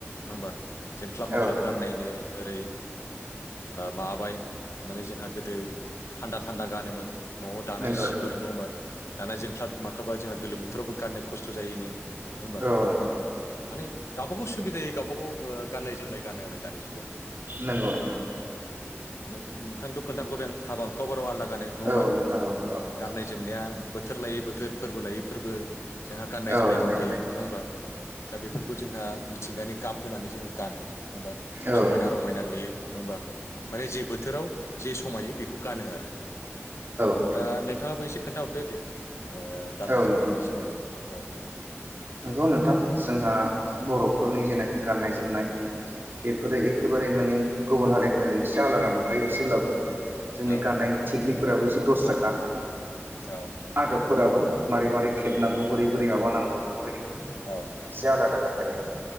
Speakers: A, on the left; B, on the right.
A: नङा होमबा जोंख्लाब माख्लाब
B: औ
A: गाननाय नो ओरै माबाबाय माने जोंहा गोदो थान्दा थान्दा गानोमोन न'आव दानाय
B: नंगौ
A: सिफोर नङा होमबा दाना जोंख्लाब माख्लाबा जोंना गोलोम बोथोरावबो गाननो खस्थ' जायोनो नङा होमबा
B: औ नोंथां
A: माने गावबागाव सुबिदायै गावबा गाव गाननाय जोमनाय गानो आरो दानि जुगाव
B: नांगौ नोंथां
A: नोंथां थ खोन्था बोबाय आं बे हाबा हुखाब बाराव आलदा गानो नङा होमबा
B: औ नोंथां औ औ
A: गाननाय जोमनाया बोथोर लायै बोथोर फोरबो लायै फोरबो जोंहा गाननाय
B: औ
A: जोमनाय
B: नोंथां
A: दंखायो नङा होमबा दा बेफोरखौ जोंहा मिथिंगानि गाब होनानै जोङो गानो नङा होनबा
B: औ
A: समायना रमायना नुयो नङा होमबा माने जे बोथोराव जे समायो बेखौ गानो आरो
B: नोंथां
A: दा नोंथाङाबो एसे खोन्थाहरदो दे गाननाय
B: औ
A: जोमनायनि
B: नोंथां
A: सोमोन्दै औ नोंथां
B: नंगौ नोंथां जोंहा बर'फोरनि जेनाखि गाननाय जोमनाय बेफोरो एखेबारे माने गुबुन हारिफोरजों एसे आलादा नुखायो एसेब्लाबो जोंनि
A: औ
B: गाननायनि टेकनिकफोराबो एसे दसारा खा
A: औ नोंथां
B: आदबफोराबो मारै मारै थेबनांगौ बोरै बोरै मा नांगौ बेफोर एसे
A: औ नोंथां
B: आलादा जाखायो